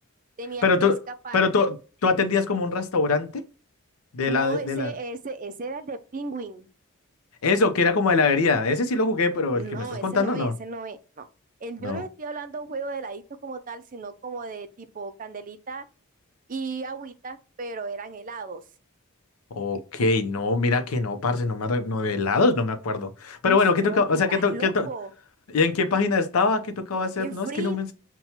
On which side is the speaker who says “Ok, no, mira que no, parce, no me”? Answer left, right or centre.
Left